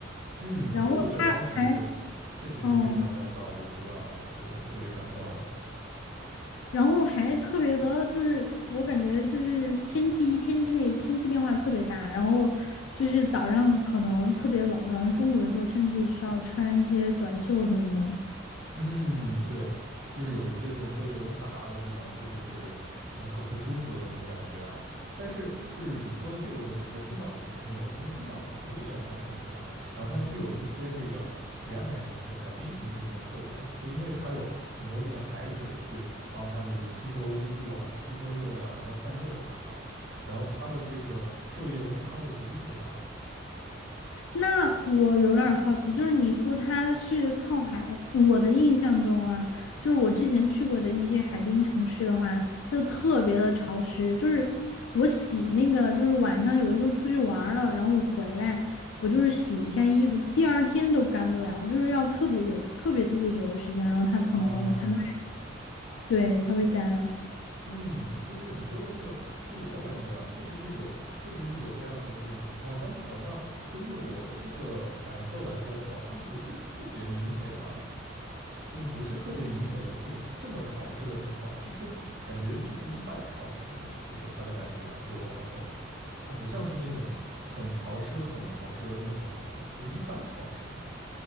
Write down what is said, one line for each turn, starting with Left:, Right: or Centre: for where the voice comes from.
Right: 嗯，
Left: 然后它还，
Right: 有的北方城市确实是非常干燥，
Left: 嗯，
Right: 我觉得啊，我觉得特别干燥的。
Left: 然后还特别的，就是我感觉就是天气一天之内天气变化特别大，然后就是早上可能特别冷，然后中午的时候甚至需要穿一些短袖什么的。
Right: 嗯，对，就是有一些这种昼夜温差大的地方，确实是，嗯，很不舒服的那种感觉啊。但是，就是你说的这个问题，在青岛就不太有，因为青岛它不是一个沿海城市嘛，然后它具有一些这个沿海城市、海滨城市的一些特点，就因为它有很多那个海水去帮它就是吸收温度啊、呃吸收热量，然后散热什么的嘛，然后它的这个昼夜温差就不是特别大
Left: 那我有点儿好奇，就是你说它是靠海，我的印象中啊，就是我之前去过的一些海滨城市的话，它就特别的潮湿。就是我洗那个，就是晚上有的时候出去玩儿了，然后我回来，我就是洗一下衣服，第二天都干不了，就是要特别久、特别特别久的时间，然后它可能才会，
Right: 啊。
Left: 对，才会干。
Right: 嗯，就是你说的这个，就是我感觉啊，确实是有，确实是有这样的这种情况，但是好像根据我的这个感受来说，好像不是特别明显啊，就是不是特别明显有这种这么潮湿的情况，就是感觉就是一般潮湿，就是它的感觉啊，对我来说，它不像是那种很潮湿、很潮湿的那种感觉，就是一般潮湿。